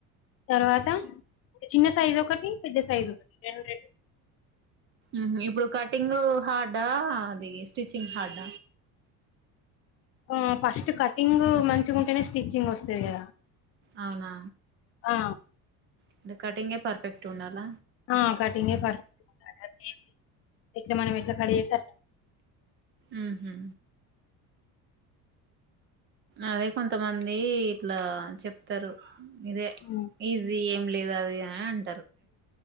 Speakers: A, on the left; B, on the right.
A: తర్వాత ఇగ చిన్న సైజ్ ఒకటి పెద్ద సైజ్ ఒకటి రెండు రెండు
B: ఉహు ఇప్పుడు కటింగ్ హార్డ అది స్టిచ్చింగ్ హార్డ
A: ఆ ఫస్ట్ కటింగ్ మంచిగంటనే స్టిచ్చింగ్ వస్తది కదా
B: అవునా
A: ఆ
B: అంటే కటింగే పర్ఫెక్ట్ ఉండాల
A: ఎ కటింగే పర్ఫెక్ట్ ఉండాలే మనం ఎట్ల కడ్చేస్తే అట్లా
B: ఉహు అదే కొంతమంది ఇట్లా చెప్తరు ఇదే
A: ఉమ్,
B: ఈజీ లేద అదిఅన్